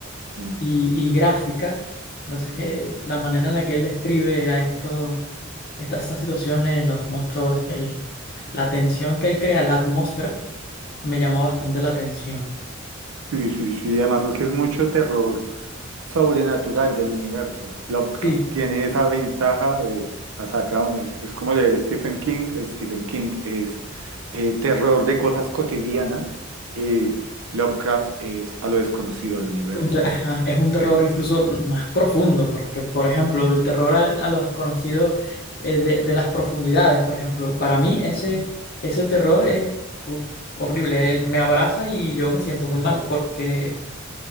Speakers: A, on the right; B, on the left.
A: sí.
B: y, y gráfica, entonces eh, la manera en la que él describe a estos, esta- estas situaciones, los monstruos, el, la tensión que él crea, la atmósfera, me llamó bastante la atención.
A: Sí, sí, sí, además porque es mucho terror sobrenatural del universo. Lovecraft
B: Sí.
A: tiene esa ventaja, de ha es, es como leer Stephen King, el Stephen King es eh, terror de cosas cotidianas, eh, Lovecraft es a lo desconocido, al universo.
B: un te- ajá, es un terror incluso más profundo, porque, por ejemplo, el terror al- a, lo desconocido eh, de, de las profundidades, por ejemplo, para mí ese,
A: Mm,
B: ese terror es uf, horrible. Él me abraza y yo me siento muy mal, porque